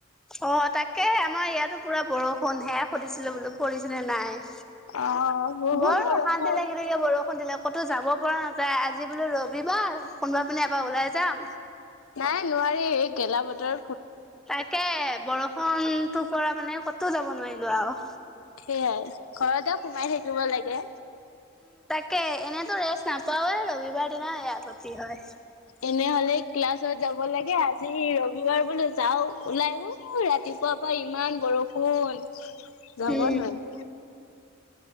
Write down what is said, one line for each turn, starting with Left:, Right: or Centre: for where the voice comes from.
Centre: অ-তাকেহে আমা ইয়াতো পুৰা বৰষুণহে সুধিছিলো বোলো পৰিছেনে নাই?
Left: অ বহুত
Centre: বৰ
Left: বৰষুণ।
Centre: অশান্তি লাগি থাকে বৰষুণ দিলে ক'তো যাব পৰা নাযায় আজি বোলো ৰবিবাৰ, কোনবা পিনে এবা ওলাই যাম।
Left: নাই নোৱাৰি এই গেলা-বতৰ
Centre: তাকে বৰষণ তো পৰা মানে ক'তো যাব নোৱাইলো আও
Left: সেইয়াই ঘৰতে সোমাই থাকিব লাগে।
Centre: কে এনেতো ৰেচ নাপাওঁৱে ৰবিবাৰত্ <unintelligible> নাই আগতেই হয়
Left: এনেহলেই ক্লাছত যাব লাগে আজি ৰবিবাৰ বোলো যাও ওলাইহো ৰাতিপুৱাপা ইমান বৰষুণ যাব
Centre: উম।
Left: নোৱাইম